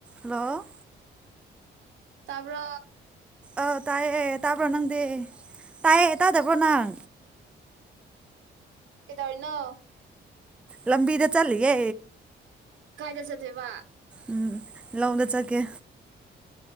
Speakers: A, in the centre; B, on the right.
A: hello
B: ꯇꯥꯕ꯭ꯔꯣ
A: ꯑꯧ ꯇꯥꯏꯌꯦ ꯇꯥꯕ꯭ꯔꯣ ꯅꯪꯗꯤ ꯇꯥꯏꯌꯦ ꯇꯥꯗꯕ꯭ꯔꯣ ꯅꯪ
B: ꯀꯩꯗꯧꯔꯤꯅꯣ
A: ꯂꯝꯕꯤꯗ ꯆꯠꯂꯤꯌꯦ
B: ꯀꯥꯏꯗ ꯆꯠꯇꯣꯢꯕ
A: ꯎꯝ ꯂꯣꯡꯗ ꯐꯠꯒꯦ